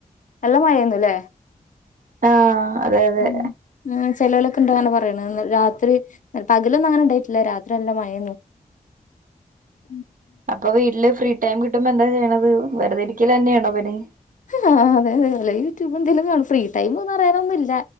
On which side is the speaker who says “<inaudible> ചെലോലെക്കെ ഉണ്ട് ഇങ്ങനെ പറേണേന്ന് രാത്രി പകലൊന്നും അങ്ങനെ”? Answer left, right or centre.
Left